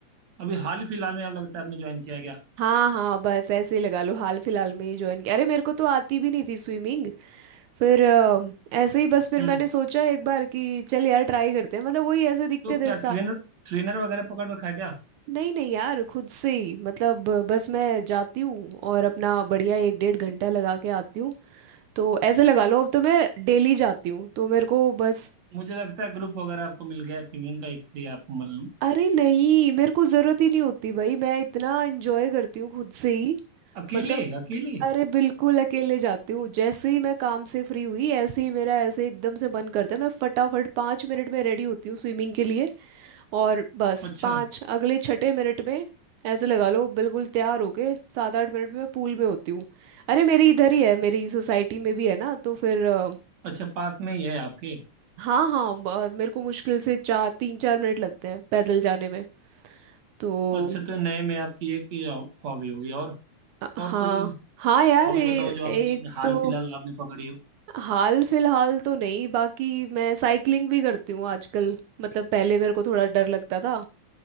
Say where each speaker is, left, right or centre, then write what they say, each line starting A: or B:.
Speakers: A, on the right (about 65°); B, on the right (about 80°).
A: अभी हाल ही फिलहाल में आप लगता है आपने ज्वाइन किया क्या
B: हाँ हाँ बस ऐसे ही लगा लो हाल फिलहाल में ही ज्वाइन किया अरे मेरे को तो आती भी नहीं थी स्विमिंग फिर अ, ऐसे ही बस फिर
A: हम्म
B: मैंने सोचा एक बार कि चल यार ट्राई करते हैं मतलब वही ऐसे दिखते
A: तो
B: थे
A: क्या ट्रेनर ट्रेनर वगैरह पकड़ रखा है क्या
B: नहीं नहीं यार खुद से ही मतलब बस मैं जाती हूँ और अपना बढ़िया एक डेढ़ घंटा लगा के आती हूँ तो ऐसे लगा लो अब तो मैं डेली जाती हूँ तो मेरे को बस
A: मुझे लगता है ग्रुप वगैरह आपको मिल गया स्विमिंग का इसलिए आपको मालूम
B: अरे नहीं मेरे को जरूरत ही नहीं होती भाई मैं इतना एंजॉय करती हूँ खुद से ही
A: अकेले
B: मतलब
A: अकेले
B: अरे बिल्कुल अकेले जाती हूँ जैसे ही मैं काम से फ्री हुई ऐसे ही मेरा ऐसे एकदम से मन करता है मैं फटाफट पाँच मिनट में रेडी होती हूँ स्विमिंग के लिए और बस
A: अच्छा
B: पाँच अगले छठे मिनट में ऐसे लगा लो बिल्कुल तैयार होके सात आठ मिनट में मैं पूल में होती हूँ अरे मेरी इधर ही है मेरी सोसाइटी में भी है ना तो फिर अ,
A: अच्छा पास में ही है आपके
B: हाँ हाँ ब- मेरे को मुश्किल से चार तीन चार मिनट लगते हैं पैदल जाने में तो
A: अच्छा तो नए में आपकी एक हॉबी होगी और
B: अ-
A: और
B: हाँ
A: कोई
B: हाँ यार
A: हॉबी
B: ए,
A: बताओ जो आप
B: एक
A: अभी अपने हाल
B: तो
A: फिलहाल आपने पकड़ी हो
B: हाल फिलहाल तो नहीं बाकी मैं साइकिलिंग भी करती हूँ आजकल मतलब पहले मेरे को थोड़ा डर लगता था